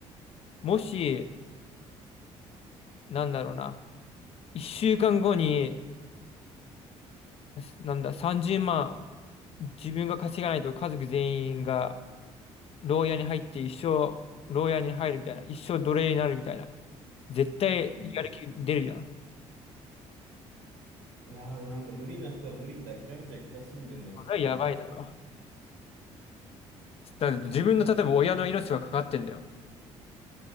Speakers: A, on the left; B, on the right.
A: もし、なんだろうな、一週間後に、すなんだ、30万、自分が稼がないと家族全員が、牢屋に入って一生、牢屋に入るみたいな、一生奴隷になるみたいな。絶対、
B: うん。うん。
A: やる気出るじゃん。
B: いやー、なんか無理な人は無理って諦めちゃう気がするんだよね、俺、
A: それはやばいだろ。
B: それでも。
A: だって自分の、例えば親の命がかかってんだよ。